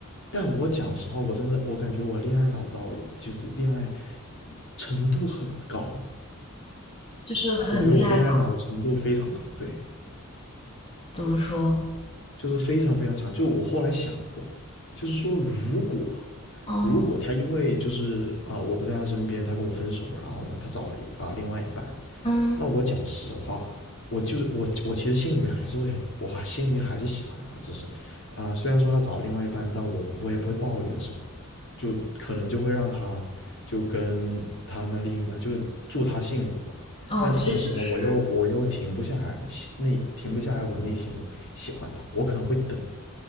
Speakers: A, on the left (about 60°); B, on the left (about 25°).
A: 但我讲实话，我真的我感觉我恋爱脑到就是恋爱程度很高，
B: 就是很恋爱脑，
A: 我觉得我恋爱脑的程度非常高。对，
B: 怎么说？
A: 就是非常非常强。就我后来想过，就是说如果
B: 嗯
A: 如果他因为就是啊、我不在他身边，他跟我分手，然后呢他找了一啊、另外一半，
B: 嗯
A: 那我讲实话，我就是我我其实心里面还是会很，我心里面还是喜欢他，只是啊、虽然说他找了另外一半，但我我也不会抱怨什么，就可能就会让他就跟他那另一半就祝他幸福嘛。
B: 哦，
A: 但同时呢，
B: 其实就是
A: 我又我又停不下来，内停不下来，我内心喜欢他，我可能会等，